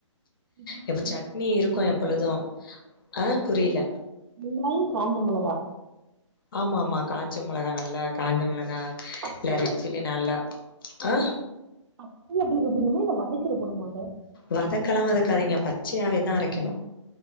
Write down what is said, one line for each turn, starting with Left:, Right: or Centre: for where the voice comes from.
Right: இது
Left: இப்ப
Right: என்னது
Left: சட்னி இருக்கு
Right: காஞ்ச
Left: எப்பொழுது
Right: மொளகா
Left: ஆ புரில
Right: வெங்காயோ காஞ்ச மெளகா
Left: ஆமா ஆமா காஞ்ச மெளகா நல்லா காஞ்ச மெளகா
Right: பச்சவே
Left: இல்ல ரெட் சில்லி நல்லா ஆ
Right: அப்டி அப்டிபுமா இல்ல வதக்கிட்டு போணுமா அத
Left: வதக்கெல்லா வதக்காதீங்க பச்சையாவேதா அரைக்கணு